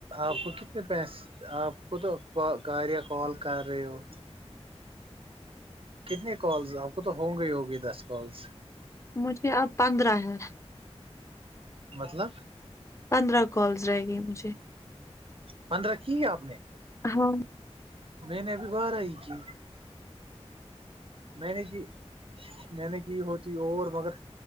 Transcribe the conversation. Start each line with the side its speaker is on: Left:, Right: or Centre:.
Right: آپ کو کتنے پیسے آپ کو تو گااریا کال کر رہے ہو کتنے کالز آپ کو تو ہو گئی ہو ہوگی دس کالس
Left: مجھے اب پندرہ ہے
Right: مطلب
Left: پندرہ کالز رہے گی مجھے
Right: پندرہ کی آپ نے
Left: ہاں
Right: میں نے ابھی بارہ ہی کی میں نے کی میں نے کہ ہوتی اور مگر